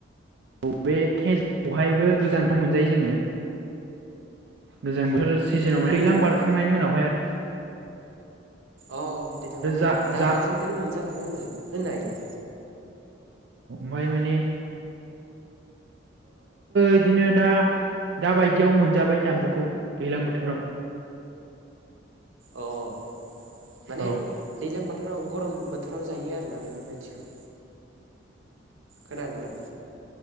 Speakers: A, on the right; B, on the right.
A: औ बे खेजुरखौहायबो गोजां बोथोराव मोनजायो जोङो गोजां बोथोर सिजिनाव
B: बोथोराव मोनजायोमोन
A: दैलां बारखांनायनि
B: ना
A: उनावहाय आरो <inaudible>
B: अ दे दा माने
A: जा
B: दा
A: जा
B: बायदिनिफ्रायनो मोनजालाङो होनजायो होननो हायो
A: मै माने इदिनो दा दाबायदियाव मोनजाबाय जामबुखौ दैज्लां बोथोराव
B: अ माने
A: औ
B: दैलां बो थोराव गरम बोथोराव जायो आरोना बेफोरबायदिखौ खोनादोंना